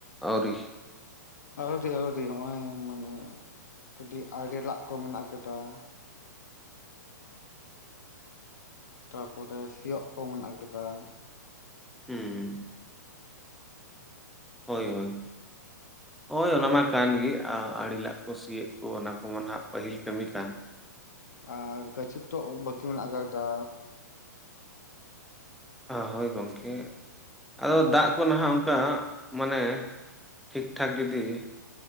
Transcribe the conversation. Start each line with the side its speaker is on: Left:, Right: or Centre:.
Centre: ᱟᱣᱨᱤ?
Left: ᱟᱹᱣᱨᱤ ᱟᱹᱣᱨᱤ ᱱᱚᱜ-ᱚᱭ ᱢᱟᱱᱮ ᱠᱟᱹᱴᱤᱡ ᱟᱲᱮ ᱞᱟᱜᱽ ᱠᱚ ᱢᱮᱱᱟᱜ ᱟᱠᱟᱫᱟ ᱾ ᱛᱟᱯᱚᱨᱮ ᱥᱤᱭᱚᱜ ᱠᱚ ᱢᱮᱱᱟᱜ ᱟᱠᱟᱫᱟ ᱾
Centre: ᱦᱩᱸ ᱾ ᱦᱚᱭ ᱦᱚᱭ, ᱦᱚᱭ
Left: ᱦᱩᱸ
Centre: ᱚᱱᱟ ᱢᱟ ᱠᱟᱱ ᱜᱮ ᱟ ᱟᱹᱲᱤ ᱞᱟᱜᱽ ᱠᱚ ᱥᱤᱭᱟᱹᱜ ᱼᱼ ᱠᱚ ᱚᱱᱟ ᱠᱚᱢᱟ ᱱᱷᱟᱜ ᱯᱟᱹᱦᱤᱞ ᱠᱟᱹᱢᱤ ᱠᱟᱱ ᱾
Left: ᱟᱨ ᱜᱟᱪᱷᱤᱠ ᱠᱚᱰᱚ ᱵᱟᱹᱠᱤ ᱢᱮᱱᱟᱜ ᱟᱠᱟᱜᱰᱟ᱾
Centre: ᱦᱚᱭ ᱜᱚᱝᱠᱮ ᱾ ᱟᱫᱚ ᱫᱟᱜᱽ ᱠᱚ ᱱᱟᱦᱟᱜ ᱚᱱᱠᱟ ᱢᱟᱱᱮ ᱴᱷᱤᱠ-ᱴᱷᱟᱠ ᱡᱩᱫᱤ ᱼᱼ